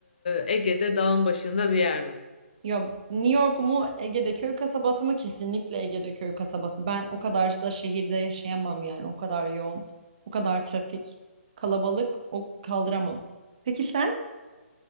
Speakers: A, on the left; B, on the right.
A: e, Ege'de dağın başında bir yer mi?
B: Ya New York mu Ege'de köy kasabası mı? Kesinlikle Ege'de köy kasabası. Ben o kadar da şehirde yaşayamam yani. O kadar yoğun, o kadar trafik, kalabalık o kaldıramam. Peki sen?